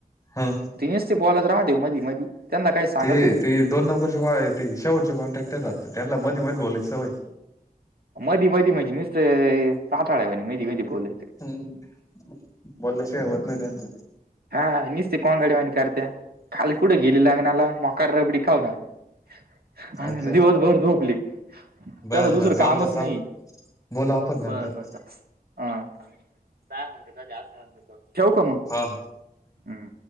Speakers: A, on the left; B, on the right.
A: ह
B: ते निस्त बोलत राहते मधी मधी. त्यांना काही सांगतोय
A: ते
B: मी
A: ते दोन नंबरचे बा ते शेटचे कॉन्ट्रॅक्टर राहत त्यांना मधी मध्ये बोलायची सवये.
B: मधी मधी म्हणजे नुसतं चाटल्यावाणी <unintelligible> मी मधी बोलय.
A: हम्म बोलल्याशिवाय होत नाही त्यांचं.
B: हा हा निसते कोंगाद्या वाणी करत्या काल कुठं गेली लग्नाला मोकार रबडी खाऊ न आले आणि
A: अच्छा
B: दिवसभर झोपली त्यांना
A: बर
B: दुसरं
A: बर
B: कामच
A: जाऊ द्या चाल
B: नाही.
A: बोलू आपण नंतर
B: बर बर हा. काय म्हणत का जास्त ठेव का मग?
A: हा
B: हम्.